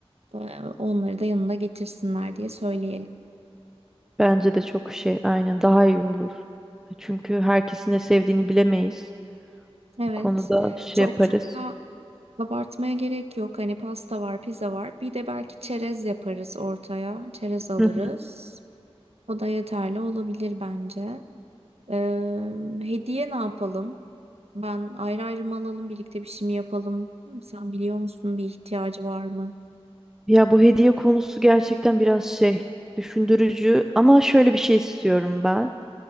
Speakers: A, on the right; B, in the centre.
A: Ee, Onları da yanında getirsinler diye söyleyelim.
B: Bence de çok şey aynen daha iyi olur. Çünkü herkesin ne sevdiğini bilemeyiz.
A: Evet,
B: Bu konuda şey
A: çok
B: yaparız.
A: çok da abartmaya gerek yok. Hani pasta var, pizza var. Bir de belki çerez yaparız ortaya. Çerez alırız.
B: Hı hı.
A: O da yeterli olabilir bence. Ee, hediye ne yapalım? Ben ayrı ayrı mı alalım, birlikte bir şey mi yapalım? Sen biliyor musun bir ihtiyacı var mı?
B: Ya bu hediye konusu gerçekten biraz şey düşündürücü ama şöyle bir şey istiyorum ben.